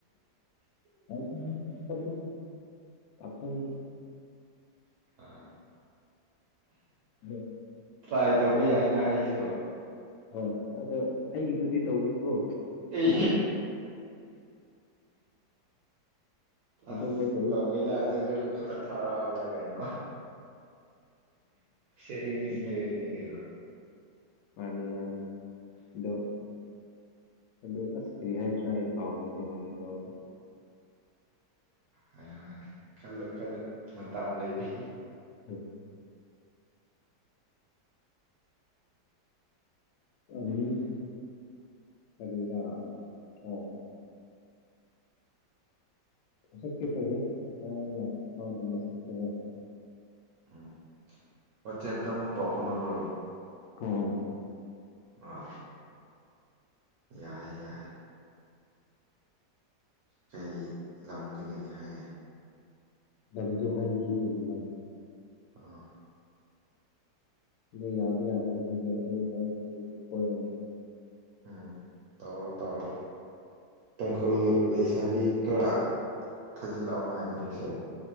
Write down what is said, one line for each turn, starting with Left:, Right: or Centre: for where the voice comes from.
Left: <inaudible> ꯄꯊꯪ
Right: ꯑꯥ
Left: ꯎꯝ
Right: ꯇ꯭ꯔꯥꯏ ꯇꯧꯕ ꯌꯥꯏꯅ ꯑꯩꯁꯨ
Left: ꯑ ꯑꯗꯣ ꯑꯩꯒꯤꯗꯨꯗꯤ ꯇꯧꯒꯅꯨꯀꯣ
Right: ꯑꯦ ꯑꯁ
Left: ꯑꯇꯣꯞꯄ ꯇꯧ
Right: ꯇꯧꯒꯦꯗ ꯑꯗꯨꯁꯨ ꯈꯔ ꯊꯥꯔꯛꯑꯣꯗ ꯀꯩꯅꯣ ꯁꯔꯤ ꯃꯤꯁ
Left: ꯑꯗꯣ
Right: ꯀꯦ ꯏꯅꯤ ꯀꯦꯅ
Left: ꯃꯥꯅꯤ ꯃꯥꯅꯤꯗꯣ ꯑꯗꯨ ꯑꯁ ꯀꯔꯤ ꯍꯥꯏꯁꯤꯔꯥ ꯑꯩ ꯀꯥꯎꯈ꯭ꯔꯦꯗꯤ ꯍꯥꯏꯒꯦ ꯇꯧꯔꯒ
Right: ꯍꯥꯏꯌꯨ ꯍꯥꯏ ꯈꯜꯂꯣ ꯈꯜꯂꯣ ꯃꯇꯝ ꯂꯩꯔꯤ
Left: ꯎꯝ ꯑ ꯁꯔ <unintelligible> <inaudible> ꯁꯛꯇꯦ ꯇꯕꯨ ꯑꯩꯅ ꯃꯥꯕꯨꯅ ꯁꯕ
Right: ꯎꯝ ꯋꯥꯆꯦꯞꯇ ꯑꯃꯨꯛ ꯄꯥꯎ ꯐꯥꯎꯅꯕ꯭ꯔꯣ
Left: ꯍ <unintelligible>
Right: ꯑꯥ ꯌꯥꯏꯦ ꯌꯥꯏꯦ ꯀꯩ ꯂꯝꯗꯒꯤꯗꯒꯤꯅꯤ ꯍꯥꯏꯒꯦ
Left: ꯂꯝꯗꯣ ꯍꯥꯏꯕꯤꯗꯣꯏꯅ ꯃꯥꯂ
Right: ꯑꯥ
Left: ꯑꯗꯨ ꯌꯥꯕ ꯌꯥꯗꯕ ꯈꯗꯦ ꯑꯩ ꯑꯩ ꯀꯣꯏꯔꯅꯤ
Right: ꯎꯝ ꯇꯧꯔꯣ ꯇꯧꯔꯣ ꯇꯥꯡꯈꯨꯜ ꯂꯩꯁꯥꯕꯤ ꯈꯔ ꯊꯥꯖꯤꯜꯂꯛꯑꯣꯅ ꯑꯩꯉꯣꯟꯗꯁꯨ